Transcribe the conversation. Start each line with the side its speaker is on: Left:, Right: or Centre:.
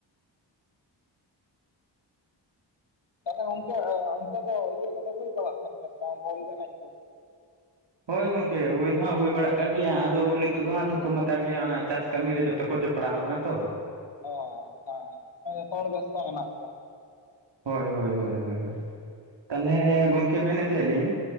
Left: ᱛᱟᱦᱚᱞᱮ ᱜᱚᱝᱠᱮ ᱚᱱᱛᱮ ᱫᱚ ᱤᱭᱟᱹ ᱠᱚᱫᱚ ᱦᱩᱭ ᱵᱟᱲᱟᱜ ᱛᱟᱦᱮᱱ ᱜᱮᱭᱟ ᱥᱮ ᱵᱟᱝ ᱵᱚᱞ ᱮᱱᱮᱡ ᱠᱚ?
Right: ᱦᱳᱭ ᱜᱚᱢᱠᱮ ᱦᱩᱭ ᱫᱚ ᱦᱟᱸᱜ ᱦᱩᱭ ᱵᱟᱲᱟᱜ ᱠᱟᱱ ᱜᱮᱭᱟ ᱟᱫᱚ ᱱᱤᱛᱚᱜ ᱫᱚ ᱦᱟᱸᱜ ᱛᱷᱚᱠᱠᱚ ᱢᱟᱛᱟᱲ ᱜᱮᱭᱟ ᱚᱱᱟ ᱪᱟᱥ ᱠᱟᱹᱢᱤ ᱨᱮ ᱡᱚᱛᱚ ᱠᱚ ᱡᱚᱯ ᱯᱟᱲᱟᱣ ᱠᱟᱱᱟ ᱛᱚ᱾
Left: ᱚ ᱦᱮᱸ <unintelligible> ᱦᱮᱸ ᱡᱚᱛᱚ ᱦᱚᱲ ᱵᱮᱥᱛᱚ ᱢᱮᱱᱟᱜ ᱠᱚᱣᱟ᱾
Right: ᱦᱳᱭ ᱦᱳᱭ ᱦᱳᱭ ᱦᱳᱭ᱾ ᱛᱟᱦᱞᱮ ᱜᱚᱝᱠᱮ ᱢᱮᱱᱮᱫ ᱛᱟᱦᱮᱸᱜ ᱞᱤᱧ